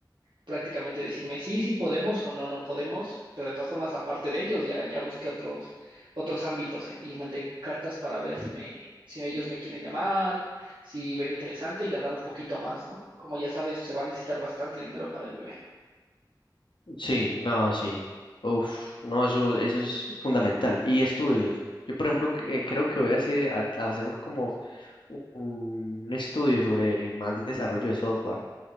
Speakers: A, on the right; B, on the left.
A: prácticamente decirme sí, sí podemos o no, no podemos, pero de todas formas, aparte de ellos, ya, ya busqué otros, otros ámbitos eh, y mandé cartas para ver si me, si ellos me quieren llamar, si ven interesante y ganar un poquito más, ¿no? Como ya sabes, se va a necesitar bastante dinero para el bebé.
B: Sí, no, sí. Uf, no, eso, eso es fundamental. Y estudios. Yo, por ejemplo, que- creo que voy a hacer, a- a hacer un- como un un estudio sobre más desarrollo de software,